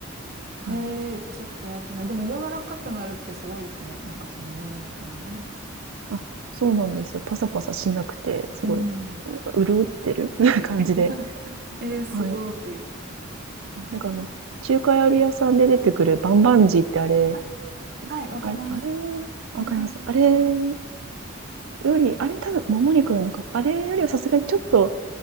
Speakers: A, on the right; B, on the right.
A: はい。
B: うん。えー、ちょっとやってみよう。でも柔らかくなるってすごいですね。なんかその胸肉なのに。
A: あ、そうなんですよ。パサパサしなくて、すごい、
B: うん。
A: なんか潤ってる <laughs> 感じで。
B: <laughs> えー、すごい。
A: はい。なんかあの、中華料理屋さんで出てくるバンバンジーってあれ、
B: あ、はい、わかります。
A: あれ、あれ、
B: あんな感じ。
A: わかります。あれより、あれ多分もも肉なのか。あれよりはさすがにちょっと